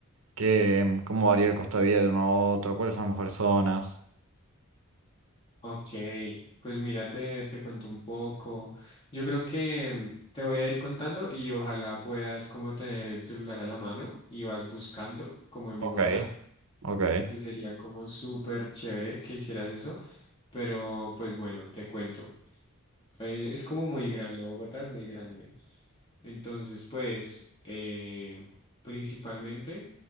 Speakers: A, on the right (about 75°); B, on the left (about 25°).
A: qué, cómo varía el costo de vida de uno a otro, cuáles son las mejores zonas.
B: Ok, pues mira, te, te cuento un poco. Yo creo que mm, te voy a ir contando y ojalá puedas como tener el celular a la mano y vas buscando, como en Bogotá,
A: Ok, ok,
B: que sería como súper chévere que hicieras eso. Pero pues bueno, te cuento. Eh, es como muy grande, Bogotá es muy grande. Entonces, pues, eh, principalmente